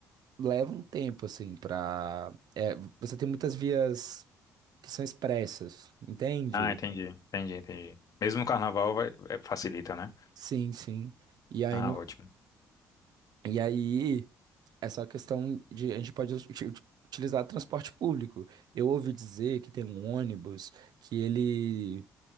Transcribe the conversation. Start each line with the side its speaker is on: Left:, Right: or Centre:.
Right: leva um tempo, assim, pra. é, você tem muitas vias que são expressas, entende?
Left: Ah, entendi. Entendi, entendi. Mesmo no carnaval vai, é, facilita, né?
Right: Sim, sim. E aí
Left: Ah,
Right: no,
Left: ótimo.
Right: e aí essa questão de a gente pode uti- uti- utilizar transporte público. Eu ouvi dizer que tem um ônibus que ele